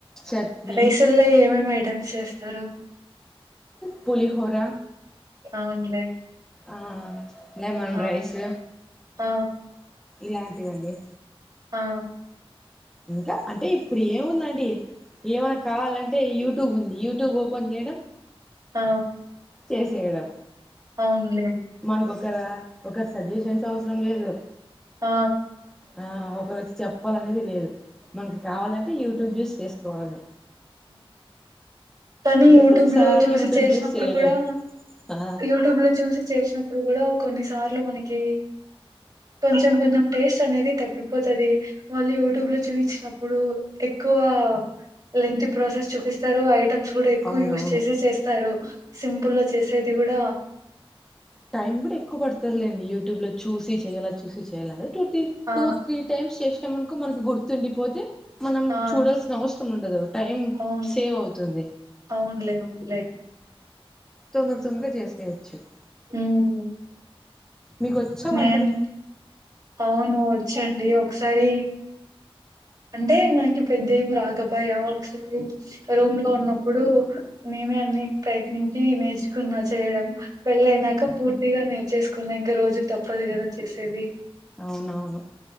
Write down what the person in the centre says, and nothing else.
చట్నీ
పులిహోర
ఆ లెమన్
రైసు
ఇలాంటివండి
ఇంకా అంటే ఇప్పుడు ఏముందండి ఏమైనా కావాలంటే యూట్యూబ్ ఉంది యూట్యూబ్ ఓపెన్ చేయడం
చేసేయడం
మనకొక్కరా ఒకరు సజెషన్స్ అవసరం లేదు
ఆ ఒకరు వచ్చి చెప్పాలనేది లేదు మనకి కావాలంటే యూట్యూబ్ జూస్ చేస్త గోలాడి
ప్రతిసారి
యూట్యూబ్
చేయలేం
ఆ
అవునవును
టైమ్ కూడా ఎక్కువ పడతారులేండి యూట్యూబ్ లో చూసి చేయాలలా చూసి <unintelligible>
టూ త్రీ టైమ్స్ చెస్ క్షమణకో మనకి గుర్తుండిపోతే మనం
చూడాల్సిన అవసరం ఉండదు టైం
సేవ్ అవుతుంది
తొందర తొందర చేసేయచ్చు
మీకు వచ్చా
వంటలు
అవునవును